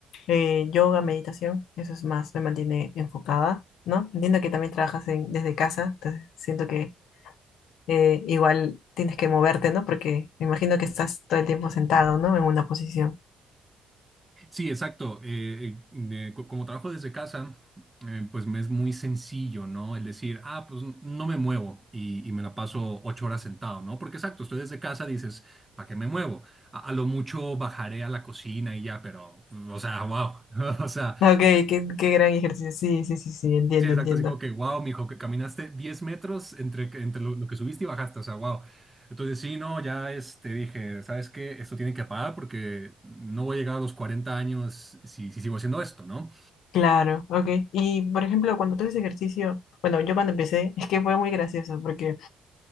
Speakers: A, on the left; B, on the right.
A: eh, yoga, meditación, eso es más, me mantiene enfocada, ¿no? Entiendo que también trabajas en- desde casa, entonces siento que eh, igual tienes que moverte, ¿no? Porque me imagino que estás todo el tiempo sentado, ¿no? En una posición.
B: Sí, exacto. Eh, eh, eh, co- como trabajo desde casa, eh, pues me es muy sencillo, ¿no? El decir, ah, pues no me muevo y, y me la paso ocho horas sentado, ¿no? Porque exacto, estoy desde casa, dices, ¿para qué me muevo? A, a lo mucho bajaré a la cocina y ya, pero, o sea, wow. <laughs> O sea,
A: Ok, qué, qué gran ejercicio. Sí, sí, sí, sí, entiendo,
B: sí, exacto,
A: entiendo.
B: así como que, wow, mijo, que caminaste 10 metros entre, que- entre lo, lo que subiste y bajaste, o sea, wow. Entonces, sí, no, ya este, dije, ¿sabes qué? Esto tiene que parar porque no voy a llegar a los 40 años si, si sigo haciendo esto, ¿no?
A: Claro, ok. Y por ejemplo, cuando tú haces ejercicio, bueno, yo cuando empecé, <laughs> es que fue muy gracioso porque